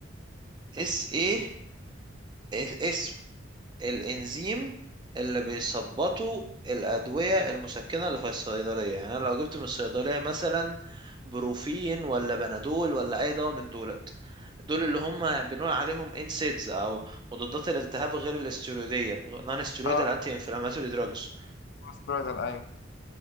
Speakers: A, on the right (about 25°); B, on the left (about 60°).
A: اس ايه إيه- اسم الانزيم اللي بيثبطوا الادويه المسكنه اللي في الصيدليه يعني انا لو جبت من الصيدليه مثلا بروفين ولا بنادول ولا اي دواء من دولت دول اللي هم بنقول عليهم انسيدز او مضادات الالتهاب غير الاستيرويديه نون ستيرويدال
B: اه
A: انتي انفلاماتوري دراجز
B: استرويدال ايوه